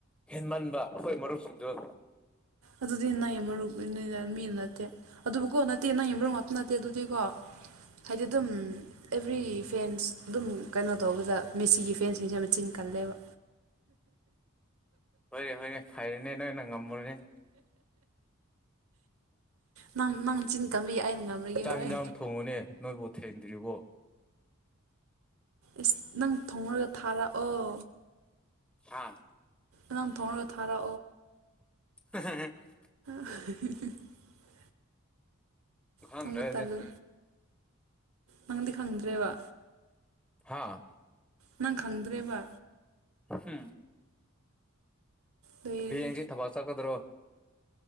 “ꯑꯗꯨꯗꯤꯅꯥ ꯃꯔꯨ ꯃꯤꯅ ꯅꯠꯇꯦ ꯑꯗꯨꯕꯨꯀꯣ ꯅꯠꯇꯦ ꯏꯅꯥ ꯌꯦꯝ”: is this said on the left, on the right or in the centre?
Right